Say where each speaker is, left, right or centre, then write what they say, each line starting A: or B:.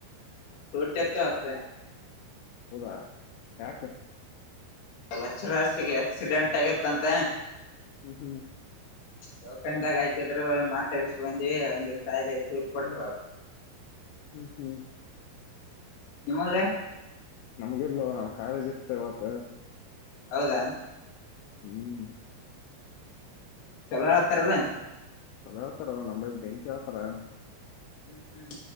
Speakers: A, on the left (about 60°); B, on the left (about 85°).
A: ಸೂಟ ಎತ್ತ ಮತ್ತೆ.
B: ಹೌದಾ ಯಕ.
A: ಲ್ಲ ಚರ ಹಾಸಿಗೆ ಆಕ್ಸಿಡೆಂಟ್ ಆಗತ್ತಂತ.
B: ಹ್ಮ್ ಹ್ಮ್
A: ದೌಖಂಡಾಗ ಆಯಕಿದ್ರು ಮಾತಾಡಸ್ ಬಂದಿವವಿ ಹಂಗೆ ಸಾಯಾಲ ಸೂಟ್ ಕೊಟರು
B: ಹ್ಮ್ ಹ್ಮ್
A: ಅವ್ರು.
B: ಹ್ಮ್ ಹ್ಮ್
A: ನಿಮ್ಮದ.
B: ನಮ್ಗೆಲ್ವ ನಾ ಕಾಲೇಜ್ ಇಗ್ತೇ ಮತ್ತ.
A: ಹೌದಾ
B: ಹ್ಮ
A: ಚಲೋ ಹತ್ತರಲ್ಲ.
B: ಅದ ಯಾವತರ ನಮ್ಮ್ ಬೆಂಕ್ ಯಾವತರ.
A: ಹ್ಮ್ ಹ್ಮ್